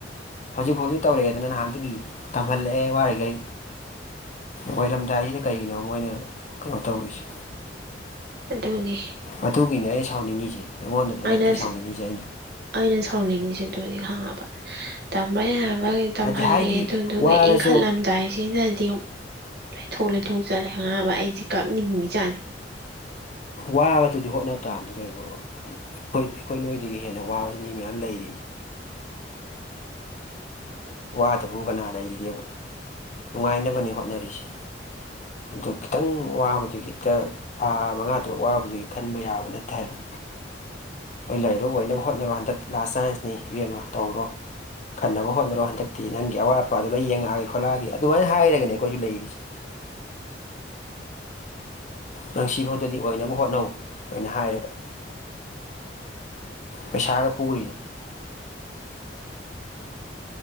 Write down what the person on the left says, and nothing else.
ꯍꯧꯖꯤꯛ ꯐꯥꯎꯗꯤ ꯇꯧꯔꯛꯑꯦꯗꯅ ꯅꯍꯥꯟꯗꯒꯤ ꯇꯝꯍꯜꯂꯛꯑꯦ ꯋꯥꯔꯤꯉꯩ ꯑꯣꯏꯔꯝꯗꯥꯏꯖꯤꯗ ꯀꯩꯒꯤꯅꯣ ꯃꯣꯏꯅ ꯀꯩꯅꯣ ꯇꯧꯔꯤꯁꯦ
ꯑꯗꯨꯒꯤꯅꯦ ꯑꯩ ꯁꯥꯎꯅꯤꯡꯉꯤꯁꯦ ꯑꯩꯉꯣꯟꯗꯗ
ꯅꯠꯇꯦ ꯁꯥꯎꯅꯤꯡꯉꯤꯁꯦ ꯑꯩꯅ
ꯍꯥꯏꯗꯤ ꯍꯥꯏꯗꯤ
ꯋꯥꯔꯁꯨ
ꯋꯥꯕꯗꯨꯗꯤ ꯍꯣꯠꯅ ꯇꯥꯝꯅꯤ ꯀꯩꯅꯣ ꯈꯣꯏꯗꯤ ꯑꯩꯈꯣꯏ ꯅꯣꯏꯗꯒꯤ ꯍꯦꯟꯅ ꯋꯥꯕꯖꯦ ꯃꯤ ꯃꯌꯥꯝ ꯂꯩꯔꯤꯅꯤ ꯋꯥꯗꯕꯕꯨ ꯀꯅꯥ ꯂꯩꯔꯤꯒꯦꯕ ꯅꯨꯡꯉꯥꯏꯅꯕꯅꯤ ꯍꯣꯠꯅꯔꯤꯁꯦ ꯑꯗꯨ ꯈꯤꯇꯪ ꯋꯥꯕꯗꯨꯏ ꯍꯦꯛꯇ ꯊꯥ ꯃꯉꯥ ꯇꯔꯨꯛ ꯋꯥꯕꯗꯨꯒꯤ ꯈꯟꯕ ꯌꯥꯕ ꯅꯠꯇꯦ ꯍꯥꯏꯕ ꯍꯣꯏ ꯂꯩꯔꯣ ꯑꯣꯏꯅꯕ ꯍꯣꯠꯅꯔꯣ ꯍꯟꯗꯛ ꯂꯥꯁ ꯆꯥꯟꯁꯅꯤ ꯏꯕꯦꯝꯃꯥ ꯇꯧꯔꯣ ꯈꯟꯅꯕ ꯍꯣꯠꯅꯔꯣ ꯍꯟꯗꯛꯇꯤ ꯅꯪꯒꯤ ꯑꯋꯥꯠ ꯑꯄꯥꯗꯣ ꯂꯣꯏ ꯌꯦꯡꯉꯛꯑꯒꯦ ꯈꯣꯠꯂꯛꯑꯒꯦ ꯑꯗꯨꯃꯥꯏ ꯍꯥꯏꯔꯒꯅꯦ ꯑꯩꯈꯣꯏꯖꯨ ꯂꯩꯔꯤꯁꯤ ꯅꯪ ꯁꯤꯕꯥꯎꯗꯗꯤ ꯑꯣꯏꯅꯕ ꯍꯣꯠꯅꯧ ꯀꯥꯏꯅ ꯍꯥꯏꯔꯒ ꯄꯩꯁꯥꯒ ꯄꯨꯔꯤꯌꯦ